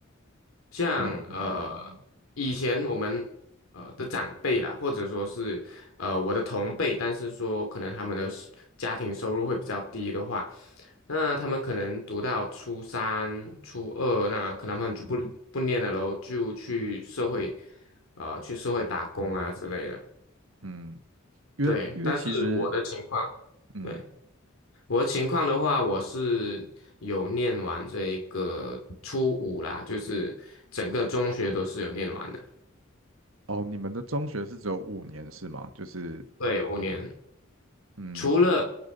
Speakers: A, on the left; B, on the right.
A: 像呃
B: 嗯嗯
A: 以前我们呃的长辈啦，或者说是呃我的同辈，但是说可能他们的收家庭收入会比较低的话，那他们可能读到初三、初二，那可能他们就不不念了咯，就去社会呃去社会打工啊之类的。
B: 嗯，因为因为其实，
A: 对，但是我的情况，
B: 嗯
A: 对，我的情况的话，我是有念完这个初五啦，就是整个中学都是有念完的。
B: 哦，你们的中学是只有五年是吗？就是
A: 对，五年，
B: 嗯
A: 除了